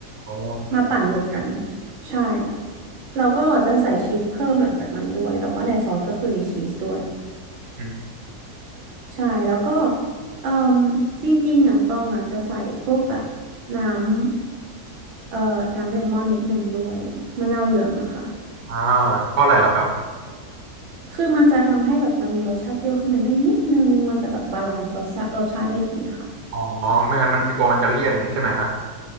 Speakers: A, on the right; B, on the right.
A: อ๋อ
B: มาปั่นรวมกันใช่แล้วก็จะใส่ชีสเพิ่มหลังจากนั้นด้วยแต่ว่าในซอสก็คือมีชีสด้วย
A: อืม
B: ใช่แล้วก็เอ่มจริงๆอ่ะตองอ่ะจะใส่พวกแบบน้ำเอ่อน้ำเลมอนนิดหนึ่งด้วยมะนาวเหลืองอะค่ะ
A: อ่าเพราะอะไรเหรอครับ
B: คือมันจะทำให้แบบมันมีรสชาติเปรี้ยวขึ้นมาด้วยนิดนึงมันจะแบบบาลานซ์รสชาติรสชาติได้ดีค่ะ
A: อ๋อไม่งั้นมันกลัวมันจะเลี่ยนใช่ไหมฮะ